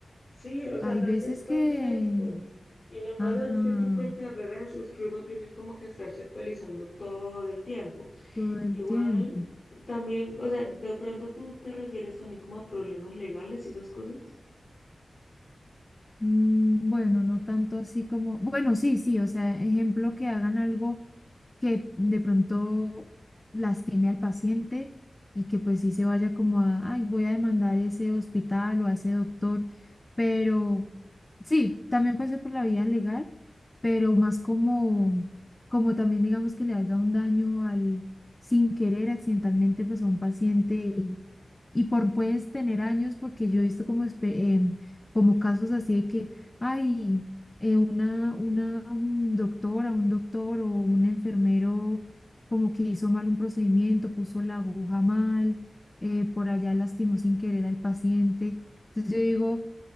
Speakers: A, on the left; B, on the left.
A: sí, o sea,
B: hay
A: nadie
B: veces
A: es perfecto.
B: que,
A: Y lo malo
B: ajá,
A: de este tipo de carreras es que uno tiene como que estarse actualizando todo el tiempo.
B: todo el
A: Igual,
B: tiempo.
A: también, o sea, de pronto tú te refieres también como a problemas legales y esas cosas.
B: Mm, Bueno, no tanto así como, bueno, sí, sí, o sea, ejemplo que hagan algo que de pronto lastime al paciente y que pues sí se vaya como a, ay, voy a demandar ese hospital o a ese doctor, pero Sí, también pasé por la vía legal, pero más como, como también digamos que le haga un daño al, sin querer, accidentalmente, pues a un paciente y, y por puedes tener años, porque yo he visto como, espe- em, como casos así de que, ay, eh, una, una un doctora, un doctor o un enfermero como que hizo mal un procedimiento, puso la aguja mal, eh, por allá lastimó sin querer al paciente. Entonces yo digo